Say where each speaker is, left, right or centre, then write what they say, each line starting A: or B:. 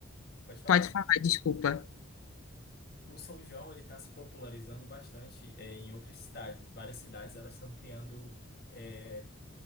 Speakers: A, on the left; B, on the left.
A: pode falar.
B: Pode falar, desculpa.
A: O São João ele está se popularizando bastante é, em outras cidades. Várias cidades elas estão criando eh,